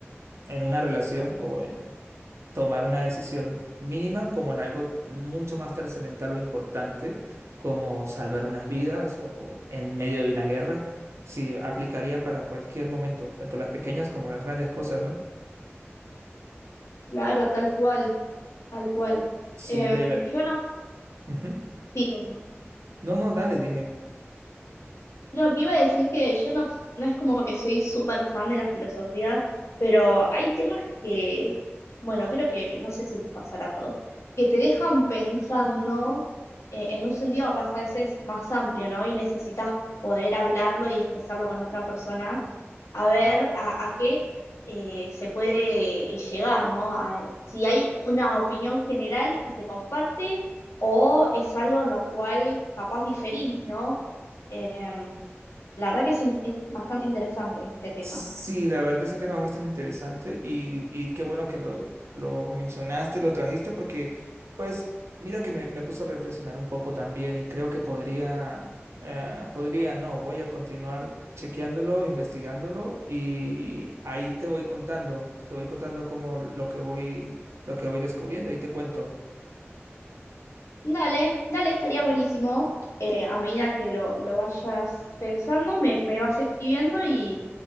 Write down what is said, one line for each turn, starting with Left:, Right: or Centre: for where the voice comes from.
Right: en una relación o en tomar una decisión mínima como en algo mucho más trascendental o importante, como salvar unas vidas o en medio de una guerra, sí aplicaría para cualquier momento, tanto las pequeñas como las grandes cosas, ¿no?
Left: Claro, tal cual, tal cual.
Right: Sí,
Left: Em,
Right: de ver.
Left: yo no.
Right: Ujú.
Left: Sí, perdón.
Right: No, no, dale, dime.
Left: No, que iba a decir que yo no, no es como que soy súper fan de la filosofía, pero hay temas que, bueno, creo que no sé si les pasará a todos, que te dejan pensando eh, en un sentido capaz a veces más amplio, ¿no? Y necesitas poder hablarlo y expresarlo con otra persona, a ver a, a qué eh, se puede eh, llegar, ¿no? A- si hay una opinión general que se comparte o es algo en lo cual capaz diferís, ¿no? Em, la verdad que es, un- es bastante interesante este tema.
Right: Sí, la verdad ese tema es bastante interesante y, y qué bueno que lo, lo mencionaste, lo trajiste, porque pues mira que me, me puso a reflexionar un poco también y creo que podría, eh, podría, no, voy a continuar chequeándolo, investigándolo y ahí te voy contando, te voy contando como lo que voy, lo que voy descubriendo, ahí te cuento.
Left: Dale, dale, estaría buenísimo. Eh, a medida que lo, lo vayas pensando, me, me vas escribiendo y,